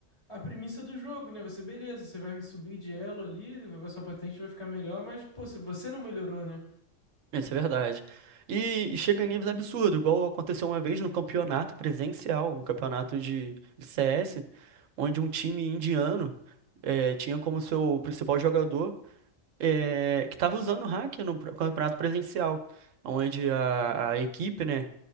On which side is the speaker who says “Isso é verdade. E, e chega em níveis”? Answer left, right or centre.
Right